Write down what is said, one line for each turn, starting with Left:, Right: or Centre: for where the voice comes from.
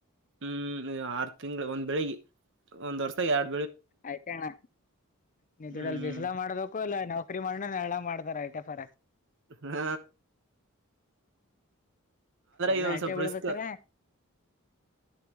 Right: ಹ್ಮ್ ಆರ್ ತಿಂಗಳ ಒಂದ್ ಬೆಳಿಗ್ ಒಂದ್ ವರ್ಷ ಎರಡ
Left: ಐತ್ತೇ ಅಣ್ಣ ನೀವ್ ದುಡ್ಯಾಲ್
Right: ಹ್ಮ್
Left: ಬಿಸ್ಲಾಗ ಮಾಡಬೇಕು ಇಲ್ಲ ನೌಕರಿ ಮಾಡ್ನ ನೆಳ್ಳಾಗ್ ಮಾಡತಾರ ಐಟ್ಯ ಫರಕ್.
Right: ಹ್ಮ
Left: ಎಲ್ಲಾ
Right: ಇದೊಂದ್
Left: ಐಟೆ
Right: ಸ್ವಲ್ಪ
Left: ಬೀಳ್ತಾದ
Right: ರಿಸ್ಕ್
Left: ಖರೆ.